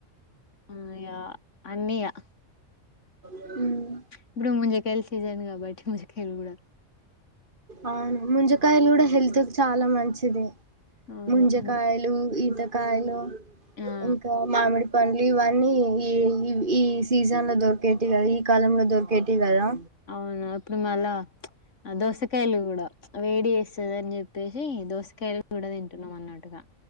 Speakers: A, on the left; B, on the right.
A: ఊ ఇగ అన్నీ యా
B: సీ
A: ఇప్పుడు ముంజికాయల సీసన్ కాబట్టి ముంజికాయలు కూడా
B: అవును ముంజకాయలు కూడా హెల్త్ కు చాలా మంచిదే
A: అవును
B: ముంజకాయలు
A: అందుకే
B: ఈత కాయలు
A: ఆ
B: ఇంకా మామిడి పండ్లు ఇవన్నీ ఈ ఇవ్ ఈ స్ సీసన్ దొరికేటివి కదా ఈ కాలంలో దొరికేటివి గదా
A: అవును ఇప్పుడు మళ్ళ ఆ దోసకాయలు కూడా వేడి చేస్తది అని చెప్పేసి దోశ కాయలు కూడా తింటున్నాం అన్నట్టుగా